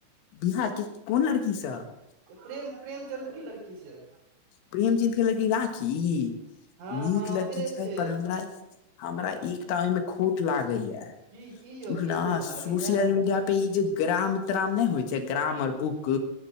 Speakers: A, on the left; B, on the right.
A: बियाह के कोन लड़की सब
B: प्रेम प्रेमचंन्द्र की लड़की से
A: प्रेमचंद के लड़की राखी
B: हँ
A: नीक
B: हँ
A: लड़की
B: ओकरे
A: छै
B: से
A: पर हमरा हमरा एकता ओहिमे खोट लागै या
B: की की यौ की खोट
A: सोशियल
B: लागैया
A: मीडिया पर पेज ग्राम त्राम नहि होइ छै ग्रामर बुक